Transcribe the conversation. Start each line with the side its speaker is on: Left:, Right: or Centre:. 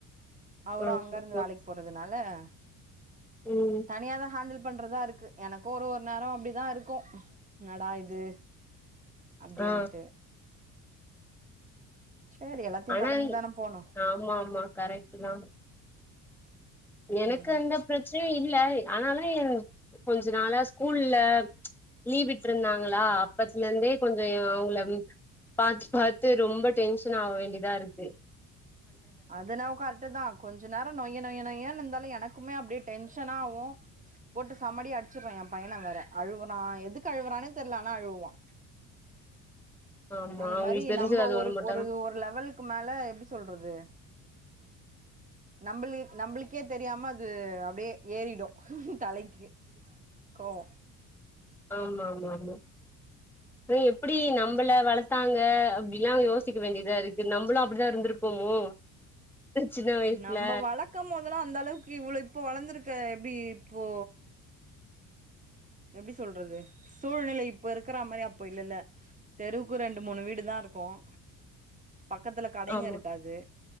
Right: அவரூ
Centre: ஓகே
Right: அங்கருந்து
Centre: ஓ
Right: வேலைக்கு போறதுனால ஹ
Centre: ம்
Right: தனியாதா ஹேண்ட்ல் பண்றதாருக்கு எனக்கூ ஒர் ஒரு நேரோ அப்டிதாருக்கூ என்னடா இது அப்டின்ட்டு
Centre: ஆ
Right: சேரி எல்லாத்தையு
Centre: ஆனா
Right: கடந்துதான
Centre: இங்
Right: போனு
Centre: ஆமாமா கரெட்டுதா எனக்கு
Right: ம்
Centre: அந்த ப்ரச்னையூ இல்ல அத்னால என் கொஞ்ச நாளா ஸ் கூல்ல லீவ் விட்ருந்தாங் லா அப்பத்துலேந்தே கொஞ்சயோ அவங்கள பாத் பாத்து ரொம்ப டென்ஷன் ஆக வேண்டியதாருக்கு
Right: அதென்னவோ கரெட்டு தா கொஞ்ச நேரோ நொய் நொய் நொயின் ருந்தாலூ எனக்குமே அப்படியே டென்ஷனாவூ போட்டு சமடி அடிச்சிருவே ஏ பையன வேற அழுவுறா எதுக்கு அழுவுறானே தெரில ஆனா அழுவுவா
Centre: ஆமா
Right: அந்த
Centre: அவங்களுக்கு
Right: மாரி
Centre: தெரிஞ்சது
Right: நம்ம
Centre: அது
Right: ஒர்
Centre: ஒண்ணு மட்டுந்தா
Right: ஒர் ஒரு லெவலுக்கு மேல எப்டி சொல்றது நம்மளீ நம்மளுக்கே தெரியாம அது அப்டியே ஏறிடூ தலைக்கு கோவோ
Centre: ஆமா ஆமாமா து எப்டி நம்மள வளத்தாங்க அப் டிலா யோசிக்க வேண்டியதாருக்கு நம்மளூ அப் அப்படிதான் இருந்திருப்போமோ சின்ன வயசுல
Right: நம்ம வளர்க்க போதெல்லாம் அந்த அளவுக்கு இவ்ளவு இப்ப வளர்ந்திருக்க எப்படி அப்போ எப்படி சொல்றது சூழ்நிலை இப்ப இருக்கிற மாதிரி அப்போ இல்லல்ல தெருவுக்கு ரெண்டு மூணு வீடு தான் இருக்கும் பக்கத்துல கடைங்க
Centre: ஆமா
Right: இருக்காது